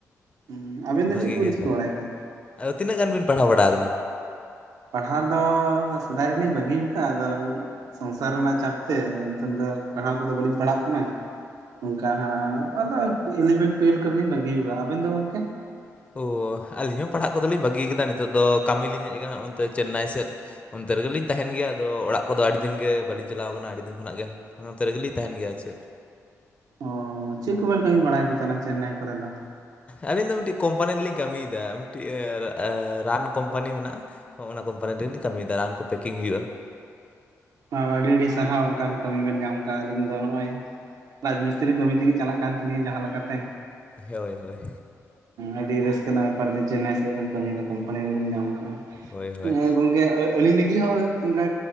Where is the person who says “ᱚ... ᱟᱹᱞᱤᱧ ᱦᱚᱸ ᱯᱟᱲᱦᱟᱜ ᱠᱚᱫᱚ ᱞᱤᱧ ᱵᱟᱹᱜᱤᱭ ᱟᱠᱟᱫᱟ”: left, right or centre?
Left